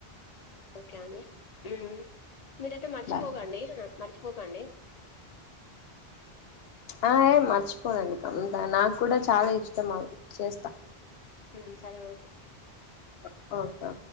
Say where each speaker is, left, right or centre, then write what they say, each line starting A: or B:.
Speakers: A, on the left; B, on the left.
A: <inaudible> ఓకే అండి ఉమ్మ్ మీరైతే మర్చిపోకండి
B: బాయ్
A: మరిచిపోకండి
B: ఆఎ మర్చిపోనండి కంత నాకూడా చాలా ఇష్టం అవి చేస్తా
A: ఉమ్మ్ సరే ఓకే
B: ఓకే ఓకే